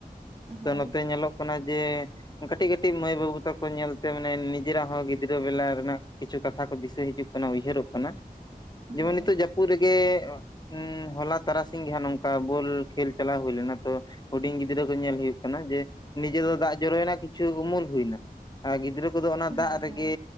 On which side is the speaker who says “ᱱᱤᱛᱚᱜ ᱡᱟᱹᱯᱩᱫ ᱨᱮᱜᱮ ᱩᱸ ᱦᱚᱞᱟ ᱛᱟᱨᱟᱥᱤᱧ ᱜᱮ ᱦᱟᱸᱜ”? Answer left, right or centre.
Left